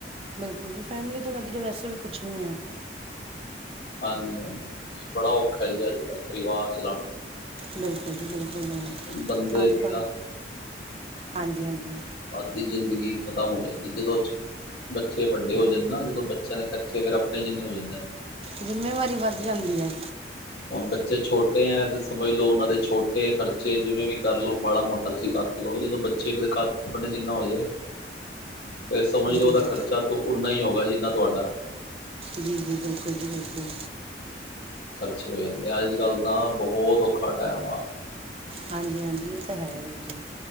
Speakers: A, on the right; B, on the left.
A: ਬਿਲਕੁਲ ਜੀ ਫੈਮਲੀ ਤੋਂ ਵਧ ਕੇ ਵੈਸੇ ਵੀ ਕੁਛ ਨੀ ਹੈ
B: ਹਾਂਜੀ ਹਾਂਜੀ ਹ ਬੜਾ ਔਖਾ ਜੀ ਅੱਜ ਕੱਲ ਪਰਿਵਾਰ ਚਲਾਉਣਾ
A: ਬਿਲਕੁਲ ਜੀ ਬਿਲਕੁਲ ਨਹੀਂੀ
B: ਬੰਦੇ
A: ਅਜ
B: ਦੀ
A: ਕੱਲ
B: ਤਾਂ
A: ਹਾਂਜੀ ਹਾਂਜੀ
B: ਅਦੀ ਜ਼ਿੰਦਗੀ ਖ਼ਤਮ ਹੋ ਜਾਂਦੀ ਜਦੋਂ ਬੱਚੇ ਵੱਡੇ ਹੋ ਜਾਂਦੇ ਨਾ ਜਦੋਂ ਬੱਚਿਆਂ ਦੇ ਖਰਚੇ ਫੇਿਰ ਆਪਣੇ ਜਿੰਨੇ ਹੋ ਜਾਂਦੇ ਨੇ
A: ਜ਼ਿੰਮੇਵਾਰੀ ਵੱਧ ਜਾਂਦੀ ਹੈ
B: ਹੁਣ ਬੱਚੇ ਛੋਟੇ ਹੈ ਤੇ ਸਮਝ ਲੋਓ ਉਹਨਾਂ ਦੇ ਛੋਟੇ ਖਰਚੇ ਜਿਵੇਂ ਵੀ ਕਰ ਲੋ ਮਾੜਾ ਮੋਟਾ ਤੁਸੀਂ ਕਰ ਲਓ ਜਦੋਂ ਬੱਚੇੇ ਜਿੰਨਾ ਹੋ ਜਾਏ ਫੇਿਰ ਸਮਝ
A: ਜੀ
B: ਲੋਓ ਉਹਦਾ
A: ਜੀ
B: ਖਰਚਾ ਤਾਂ ਉਨਾ ਹੀ ਹੋਗਾ ਜਿੰਨਾ ਤੁਹਾਡਾ
A: ਦੀ ਜਦੇ ਕ ਜੂਰ ਕੋ
B: ਅੱਛੇ ਹੋ ਜਾਂਦੇ ਆ ਅੱਜ ਕੱਲ ਤਾਂ ਬਹੁਤ ਔਖਾ ਟਾਈਮ ਆ
A: ਹਾਂਜੀ ਹਾਂਜੀ ਇਹ ਤਾਂ ਹੈ ਵੀ ਜੇ